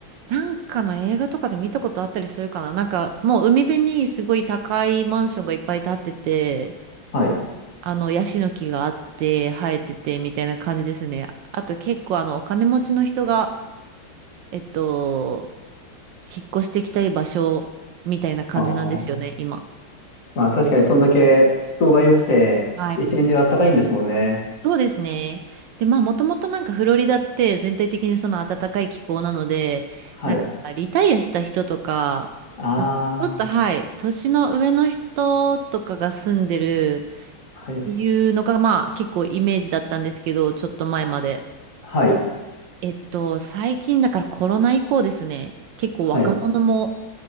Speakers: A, on the right (about 75°); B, on the left (about 40°).
A: なんかの映画とかで見たことあったりするかななんかもう海辺にすごい高いマンションがいっぱい建ってて、
B: はい。
A: あのヤシの木があって生えててみたいな感じですね。あと結構あのお金持ちの人が、えっと、引っ越してきたい場所みたいな感じなんですよね、
B: ああ。
A: 今。
B: まあ確かにそんだけ気候が良くて、
A: はい。
B: 一年中あったかいんですもんね。
A: そうですね。で、まあ、もともとなんかフロリダって全体的にその暖かい気候なので、
B: はい。
A: なんかリタイアした人とか、
B: あ
A: ちょっとはい、年の上の人とかが住んでる
B: あ、はい。
A: っていうのが、まあ結構イメージだったんですけど、ちょっと前まで。
B: あはい、
A: えっと、最近だからコロナ以降ですね、結構若者も
B: はい、